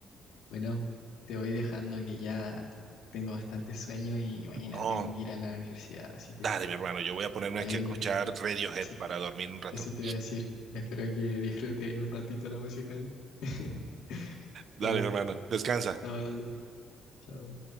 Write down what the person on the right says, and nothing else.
Oh,
dale, mi hermano, yo voy a ponerme
aquí a escuchar Radiohead
para dormir un rato.
Dale,
hermano, descansa.